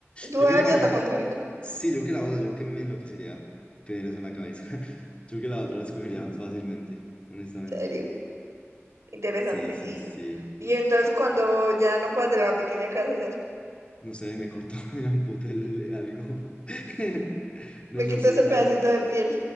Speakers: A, on the right (about 80°); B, on the left (about 25°).
A: tú
B: Yo
A: harías
B: que me quedaría...
A: la contraria, o qué?
B: Sí, yo que la otra, yo que me enloquecería tener eso en la cabeza. <laughs> Yo que la otra la escogería más fácilmente, honestamente.
A: Serio, interesante.
B: Sí, sí,
A: Y,
B: sí.
A: y entonces cuando ya no puedas de la pequeña, ¿qué vas a hacer?
B: No sé, me cortó, <laughs> me amputé el- algo. <laughs> No,
A: Me
B: no
A: quito
B: sé.
A: ese pedacito
B: Ah,
A: de piel